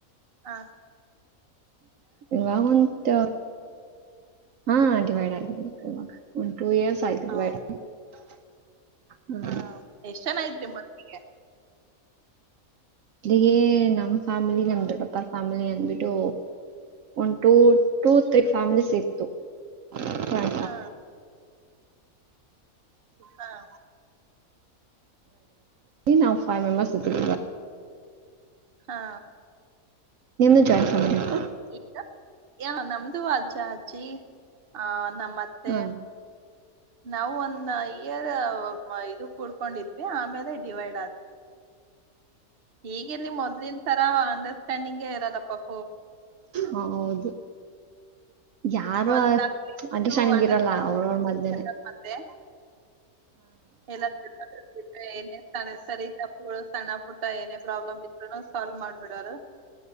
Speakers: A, on the right; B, on the right.
A: ಹಾ
B: ಇವಾಗಂತ ಹಾ ಡಿವೈಡ್ ಆಗಿದೆ ಇವಾಗ ಒಂದು ಟೂ ಇಯರ್ಸ್ ಆಯ್ತು
A: ಹೌದ
B: ಡಿವೈಡ್ ಹ
A: ಹಾ ಎಷ್ಟ್ ಜನ ಇದ್ರಿ ಮೊದ್ಲಿಗೆ
B: ಅಗ ನಮ್ ಫ್ಯಾಮಿಲಿ ನಮ್ ದೊಡ್ಡಪ್ಪರ ಫ್ಯಾಮಿಲಿ ಅಂದಬಿಟ್ಟು ಒಂದು ಟೂ ಟೂ ಥ್ರೀ ಫ್ಯಾಮಿಲೀಸ್ ಇತ್ತು ಫ್ಯಾಮ
A: ಹಾ ಹಾ
B: ನಾವ್ ಫೈವ್ ಮೆಂಬರ್ಸ್ ಇದ
A: ಹಾ
B: ನಿಮ್ದ ಜಾಯನ್ ಸಮ
A: ಈಗ ಯ ನಮ್ದು ಅಜ್ಜ ಅಜ್ಜಿ ಆ ನಮ್ಮತ್ತೆ
B: ಹಾ
A: ನಾವ ಒಂದ ಇಯರ್ ಇಡ್ ಕೊಂಡಿದ್ವಿ ಆಮೇಲೆ ಡಿವೈಡ್ ಆದ್ ಈಗ ಇಲ್ಲಿ ಮೊದಲಿನ ತರಾ ಅಂಡರ್ಸ್ಟ್ಯಾಂಡಿಂಗೇ ಇರಲ್ಲ ಪ
B: ಹೌದು ಯಾರು
A: ಮೊದ್ಲಾಗಿ ಎಷ್ಟು
B: ಅಂತ ಸಣಗಿ
A: ಅಂಡರ್ಸ್ಟ್ಯಾಂಡಿಂಗ್
B: ಇರಲ್ಲ ಅವ್ರವ್ರ ಮದನೆ
A: ಮತ್ತೆ ಎಲ್ಲ ತರಕಾರಿ ಸರಿ ಸಣ್ಣ ಪುಟ್ಟ ಏನೇ ಪ್ರಾಬ್ಲಮ್ ಇದ್ರನು ಸಾಲ್ವ್ ಮಾಡ್ಬಿಡಾರ